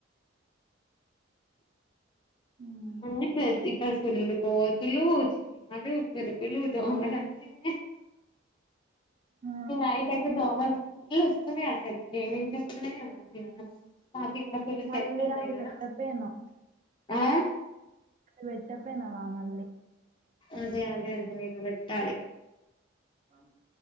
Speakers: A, on the right; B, on the left.
A: ఇంకా
B: ఉండిపోయిద్ది ఇక్కడ ఫులు కోతులు చీమలు పురుగులు దోమలు అన్నీ ఉన్నాయి
A: ఆ!
B: నైట్ అయితే దోమలు నీల్లు వస్తున్నాయ అసలుకే ఏనుంచి వస్తున్నాయె ఏ మె అన్నీ అనస్ మాకు ఇంక్ నాకు కొన్ని
A: మళ్ళీ
B: చెట్లు ఉన్నాయి
A: అది
B: కదా
A: పెట్టపోయినవ్
B: ఆ
A: అది పెట్టప్పేనావామక్
B: అదే అదే అదే <unintelligible> పెట్టాలి
A: మాన్క్